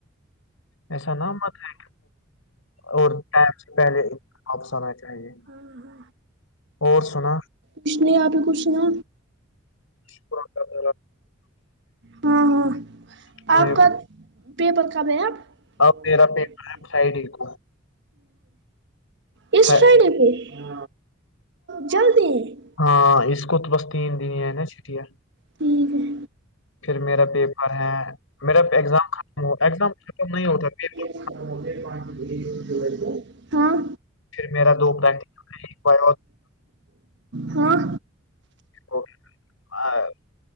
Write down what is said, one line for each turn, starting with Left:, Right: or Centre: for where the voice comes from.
Left: ایسا نہ مت ہے اور ٹپ سے پہلے واپس آنا چاہیے
Right: ہاں ہاں
Left: اور سنا
Right: کچھ نہیں آپ بھی کچھ نا
Left: شکر اللہ
Right: ہاں ہاں
Left: تعالیٰ
Right: <unintelligible> آپ کا پیپر کب ہے آپ
Left: کا، اب میرا پیپر
Right: ٹھیک
Left: فرائیڈے
Right: ہے
Left: کو
Right: نسٹ
Left: فر-
Right: فرائیڈے پ جلدی
Left: ہاں اس کو تو بس تین دن ہی ہے نا چھٹیا
Right: ٹھیک ہے
Left: پھر میرا پیپر ہے میرا ایگزام ختم ہو ایگزام ختم نہیں ہوتا پیپر
Right: م جو ہاں
Left: پھر میرا دو بٹ ب
Right: ہاں
Left: ا آ